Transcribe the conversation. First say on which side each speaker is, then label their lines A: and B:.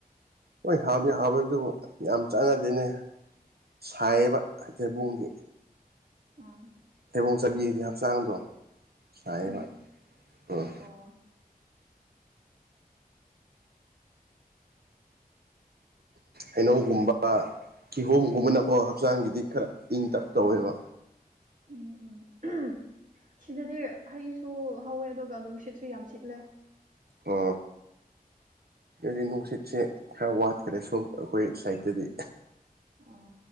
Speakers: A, on the right; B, on the right.
A: ꯍꯣꯏ ꯍꯥꯎꯗꯤ ꯍꯥꯎꯋꯦ ꯑꯗꯨꯕꯨ ꯌꯥꯝ ꯆꯥꯟꯅꯗꯦꯅꯦ꯫ ꯁꯥꯏꯌꯦꯕ ꯊꯩꯕꯣꯡꯒꯤ
B: ꯑꯥ
A: ꯊꯩꯕꯣꯡ ꯆꯥꯅꯤꯡꯉꯗꯤ ꯍꯛꯆꯥꯡꯗꯣ ꯁꯥꯏꯌꯦꯕ
B: ꯎꯝ
A: ꯎꯝ
B: ꯑꯣ
A: ꯍꯩꯅꯧꯒꯨꯝꯕ ꯀꯤꯍꯣꯝꯒꯨꯝꯕꯅꯀꯣ ꯍꯛꯆꯥꯡꯒꯤꯗꯤ ꯈꯔ ꯏꯪ ꯇꯛ ꯇꯧꯋꯦꯕ
B: ꯎꯝ ꯎꯝ ꯁꯤꯗꯗꯤ ꯍꯩꯁꯨ ꯍꯧꯋꯦ ꯑꯗꯨꯒ ꯅꯨꯡꯁꯤꯠꯁꯨ ꯌꯥꯝ ꯁꯤꯠꯂꯦ꯫
A: ꯍꯣ ꯁꯤꯗꯗꯤ ꯅꯨꯡꯁꯤꯠꯁꯦ ꯈꯔ ꯋꯥꯠꯈ꯭ꯔꯦ ꯁꯨꯝ ꯑꯩꯈꯣꯏ ꯁꯥꯏꯠꯇꯗꯤ
B: ꯑ